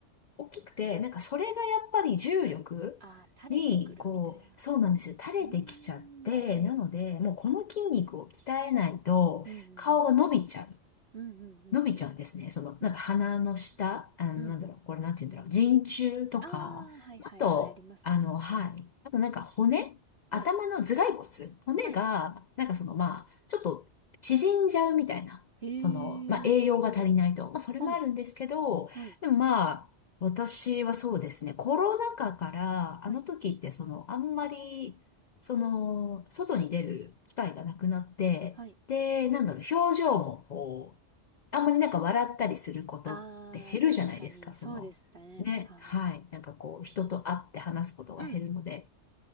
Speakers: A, on the left; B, on the right.
A: 大きくて、なんかそれがやっぱり重力に、
B: あー、垂れてくるみたいな。
A: こう、そうなんですよ。垂れてきちゃって、
B: うーん。
A: なので、もうこの筋肉を鍛えないと、
B: うんうんうん。
A: 顔が伸びちゃう。
B: うんうんうんうん。
A: のびちゃうんですね。その、
B: うんうん。
A: なんか鼻の下、あの、
B: うんうん。
A: なんだろう、これなんて言うんだろう、人中とか、
B: あー、はいはいはい、
A: あと、
B: ありますね。
A: あの、はい。あとなんか骨、
B: はい。
A: 頭の頭蓋骨、骨が、
B: はい。
A: なんかその、まあ、ちょっと縮んじゃうみたいな、
B: へー。
A: その、まあ、栄養が足りないと。まあ、それもあるんですけど、
B: はい。はい。
A: でもまあ、私はそうですね、コロナ禍から、
B: はい。
A: あの時ってその、あんまり、その、外に出る機会がなくなって、
B: はい。
A: で、なんだろう、表情もこう、あんまりなんか笑ったりすることって減るじゃないですか、
B: ああ、確かに、そうでしたね。
A: その、ね、
B: はい。
A: はい、なんかこう、人と会って話すことが減るので、
B: うん、